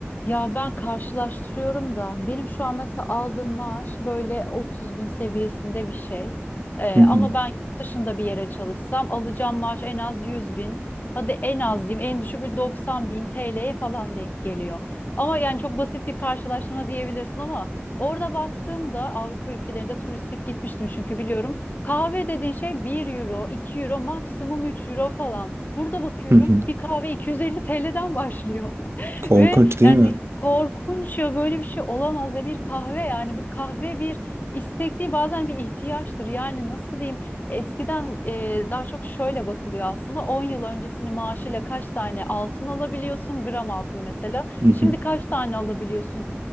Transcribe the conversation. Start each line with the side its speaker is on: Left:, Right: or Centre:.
Left: Ya ben karşılaştırıyorum da benim şu an mesela aldığım maaş böyle 30 bin seviyesinde bir şey. Ee,
Right: Hı hı.
Left: ama ben yurt dışında bir yere çalışsam alacağım maaş en az 100 bin. Hadi en az diyeyim en düşük bir 90 bin TL'ye falan denk geliyor. Ama yani çok basit bir karşılaştırma diyebilirsin ama orada baktığımda Avrupa ülkelerinde turistik gitmiştim çünkü biliyorum. Kahve dediğin şey bir euro, 2 euro maksimum 3 euro falan. Burada bakıyorum
Right: Hı hı.
Left: bir kahve 250 TL'den başlıyor.
Right: Korkunç
Left: <laughs> Ve
Right: değil
Left: yani
Right: mi?
Left: korkunç ya böyle bir şey olamaz ya bir kahve yani bu kahve bir istek değil bazen bir ihtiyaçtır. Yani nasıl diyeyim eskiden e, daha çok şöyle bakılıyor aslında 10 yıl öncesinin maaşıyla kaç tane altın alabiliyorsun gram altın mesela.
Right: Hı hı.
Left: Şimdi kaç tane alabiliyorsun?